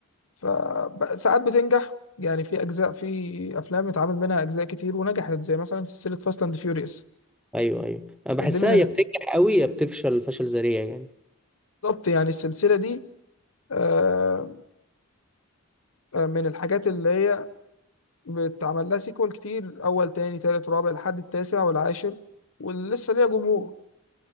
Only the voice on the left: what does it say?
فساعات بتنجح يعني في أجزاء في أفلام اتعمل منها أجزاء كتير ونجحت زي مثلا سلسلة فاست أند فيوريوس
دي من
بالظبط يعني السلسلة دي آه، آه، من الحاجات اللي هي بتعمل لها سيكوال كتير أول تاني تالت رابع لحد التاسع والعاشر ولسه ليها جمهور